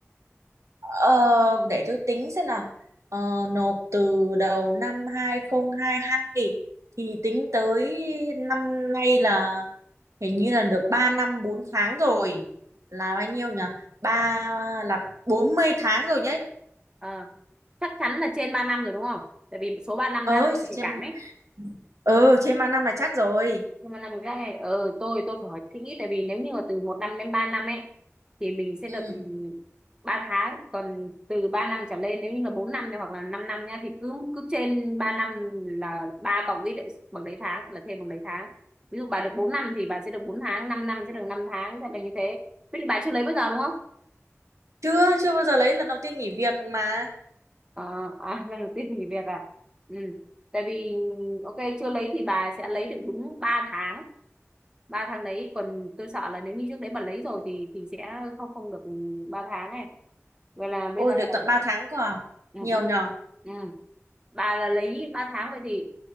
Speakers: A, on the right; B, on the right.
A: Ờ, để tôi tính xem nào. Ờ, nộp từ đầu năm 2022 thì tính tới năm nay là hình như là được 3 năm 4 tháng rồi. Là bao nhiêu nhỉ? Ba là 40 tháng rồi đấy.
B: à, chắc chắn là trên 3 năm rồi đúng không tại vì số 3 năm
A: Ơi,
B: đang nhạy
A: trên
B: cảm ấy
A: ờ trên ba năm là chắc rồi.
B: nhưng mà làm cái này ờ tôi tôi phải hỏi kỹ tại vì nếu như mà từ một năm đến 3 năm ấy thì mình sẽ
A: Ừ.
B: được 3 tháng còn từ 3 năm trở lên nếu như là 4 năm này hoặc là 5 năm nhá thì cứ cứ trên 3 năm là ba cộng với lại bằng đấy tháng là thêm bằng đấy tháng ví dụ bà được 4 năm thì bà sẽ được 4 tháng 5 năm sẽ được 5 tháng sẽ là như thế với lại bà chưa lấy bao giờ đúng không
A: Chưa chưa bao giờ lấy lần đầu tiên nghỉ việc mà.
B: à, à <laughs> lần đầu tiên nghỉ việc à ừ. tại vì ok chưa lấy thì bà sẽ lấy được đúng 3 tháng ba tháng đấy còn tôi sợ là nếu như trước đấy mà lấy rồi thì thì sẽ không không được ba tháng này vậy là bây
A: Ôi
B: giờ
A: được tận 3 tháng cơ à.
B: ừ,
A: Nhiều
B: ừ,
A: nhỉ.
B: ừ. bà là lấy ba tháng vậy thì